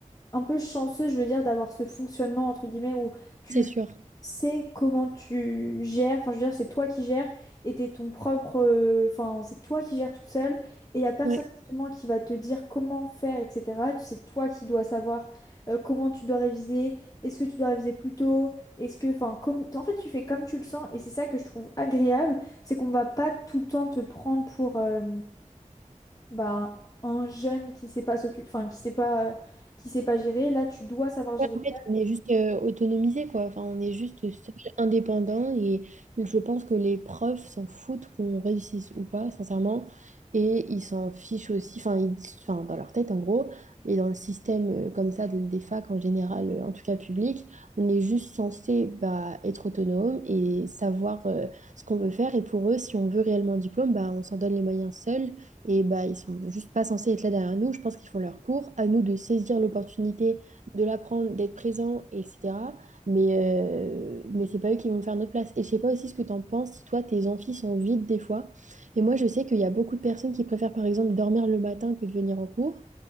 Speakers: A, on the left; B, on the right.
A: un peu chanceux, je veux dire, d'avoir ce fonctionnement, entre guillemets, où tu
B: c'est sûr.
A: c'est comment tu gères, enfin je veux dire, c'est toi qui gères et t'es ton propre, euh, enfin c'est toi qui gères toute seule et il n'y a personne
B: Oui.
A: justement qui va te dire comment faire, etc. Tu- C'est toi qui dois savoir euh, comment tu dois réviser, est-ce que tu dois réviser plus tôt, est-ce que, enfin, comme, en fait tu fais comme tu le sens et c'est ça que je trouve agréable, c'est qu'on va pas tout le temps te prendre pour euh, bah, un jeune qui sait pas s'occuper, enfin qui sait pas, qui sait pas gérer, là tu dois savoir gérer.
B: Ouais, en fait, on est juste euh, autonomisé, quoi. Enfin, on est juste seul, indépendant. Et je pense que les profs s'en foutent qu'on réussisse ou pas, sincèrement. Et ils s'en fichent aussi, enfin, ils- enfin, dans leur tête, en gros. Et dans le système euh, comme ça, de- des facs en général, euh, en tout cas public, on est juste censé bah, être autonome et savoir euh, ce qu'on veut faire. Et pour eux, si on veut réellement un diplôme, bah, on s'en donne les moyens seuls. Et bah, ils sont juste pas censés être là derrière nous. Je pense qu'ils font leur cours. À nous de saisir l'opportunité de l'apprendre, d'être présent, etc. Mais, euh, mais c'est pas eux qui vont le faire à notre place. Et je sais pas aussi ce que t'en penses, si toi, tes amphis sont vides des fois. Et moi, je sais qu'il y a beaucoup de personnes qui préfèrent, par exemple, dormir le matin que de venir en cours.